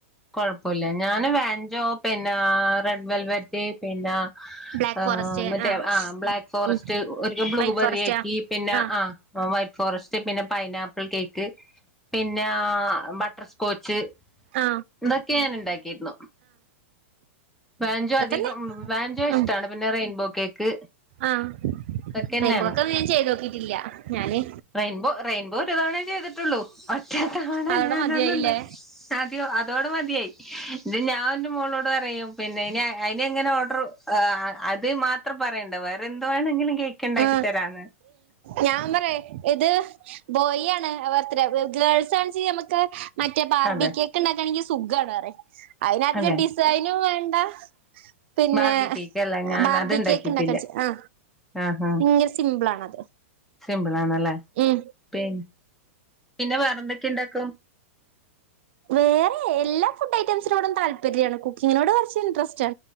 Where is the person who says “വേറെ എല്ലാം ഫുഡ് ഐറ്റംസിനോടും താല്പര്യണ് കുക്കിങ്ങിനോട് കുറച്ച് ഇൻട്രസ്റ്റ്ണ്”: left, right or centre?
Right